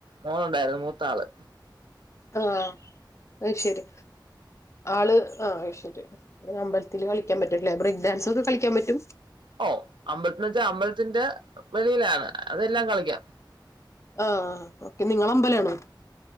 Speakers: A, on the right; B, on the left.
A: മോളുണ്ടായിരുന്നു മൂ ത്താള്
B: ആ അയ് ശരി ആള് അയ്ശരി അമ്പലത്തില് കളിക്കാൻ പറ്റുംല്ലേ ബ്രേക്ക് ഡാൻസ് ഒക്കെ കളിക്കാൻ പറ്റും
A: ഓ അമ്പലത്തിൽ വെച്ചാ അമ്പൽത്തിന്റെ വെളിയിലാണ് അതെല്ലാം കളിക്കാം
B: ആ നിക്കെ നിങ്ങള അമ്പലാണോ